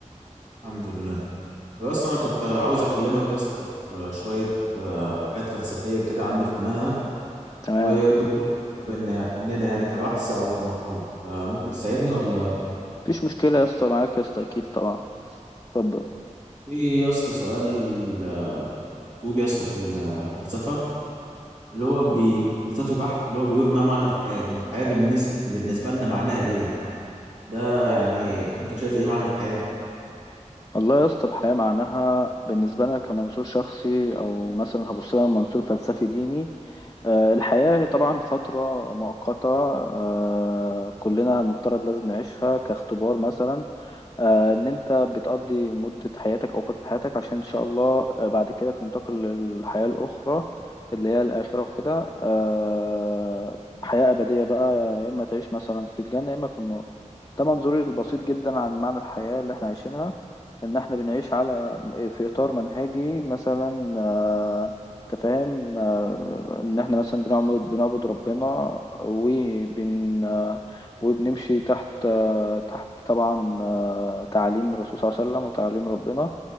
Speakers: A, on the right; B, on the left.
A: الحمد لله طب يا اسطى انا كنت عاوز اكلمك يا اسطى في شويه آه، حاجات فلسفيه كده عندي في المنهج
B: تمام
A: والدكتور طلبها منا- مننا يعني كبحث او كمقاله آه، ممكن تساعدني ولا
B: مفيش مشكلة يا اسطى معاك يا اسطى اكيد طبعا اتفضل
A: في يا اسطى سؤال آه، مكتوب يا اسطى في ال- في الفلسفه اللي هو بي- فلسفي بحت اللي هو بيقول ما معنى الحياه يعني الحياه بالنسبه بالنسبه لنا معناها ايه ده يعني انت شايف ايه معنى الحياة
B: والله يا اسطى الحياة معناها بالنسبة لنا كمنظور شخصي او مثلا هبص لها من منظور فلسفي ديني آه، الحياة هي طبعا فترة مؤقتة آه، كلنا المفترض لازم نعيشها كاختبار مثلا آه، ان انت بتقضي مدة حياتك او فترة حياتك عشان ان شاء الله آه، بعد كده تنتقل للحياة الاخرى اللي هي الاخرة وكده آه، حياة ابدية بقى يا اما تعيش مثلا في الجنة يا اما في النار ده منظوري البسيط جدا عن معنى الحياة اللي احنا عايشينها ان احنا بنعيش على في اطار منهجي مثلا آه، تفاهم آه، ان احنا مثلا بنعبد بنعبد ربنا وبن آه، وبنمشي تحت آه، تحت طبعا آه، تعاليم الرسول صلى الله عليه وسلم وتعاليم ربنا